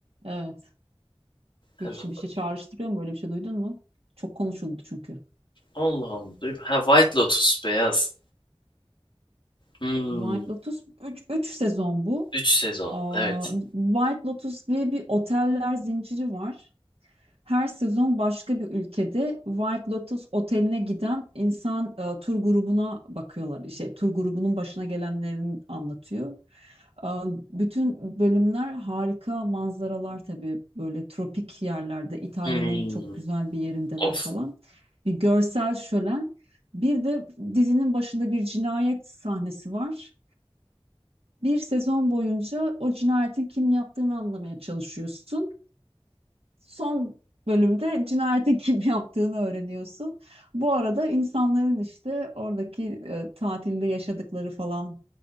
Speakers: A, on the right; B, on the left.
A: Evet. Hiç
B: Hemen
A: bir şey
B: bak.
A: çağrıştırıyor mu? Böyle bir şey duydun mu? Çok konuşuldu çünkü.
B: Allah Allah. duy- Ha White Lotus beyaz. Hmm.
A: White Lotus üç üç sezon bu.
B: 3 sezon.
A: Aa,
B: Evet.
A: White Lotus diye bir oteller zinciri var. Her sezon başka bir ülkede White Lotus oteline giden insan e, tur grubuna bakıyorlar. Şey, tur grubunun başına gelenlerini anlatıyor. E, bütün bölümler harika manzaralar tabii böyle tropik yerlerde İtalya'nın
B: Hmm.
A: çok güzel bir yerindeler
B: Of.
A: falan. Bir görsel şölen. Bir de dizinin başında bir cinayet sahnesi var. Bir sezon boyunca o cinayetin kim yaptığını anlamaya çalışıyorsun son bölümde cinayeti <laughs> kim yaptığını öğreniyorsun. Bu arada insanların işte oradaki e, tatilde yaşadıkları falan